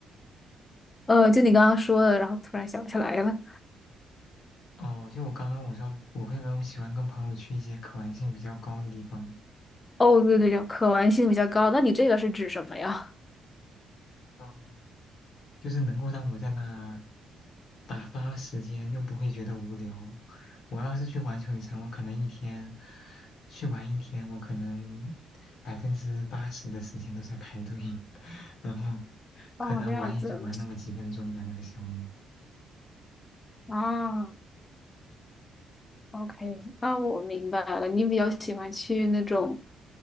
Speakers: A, on the left; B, on the left.
A: 呃，就你刚刚说的，然后突然想不起来了。
B: 哦，就我刚刚我说，我会不会喜欢跟朋友去一些可玩性比较高的地方？
A: 哦，对对对，可玩性比较高。那你这个是指什么呀？
B: 嗯，就是能够让我在那打发时间，又不会觉得无聊。我要是去环球影城，我可能一天去玩一天，我可能百分之八十的时间都在排队，<laughs> 然后
A: <laughs>
B: 可能玩也就玩那么几分钟吧，
A: 哦，这样子
B: 那个项目。
A: 啊，OK，那我明白了。你比较喜欢去那种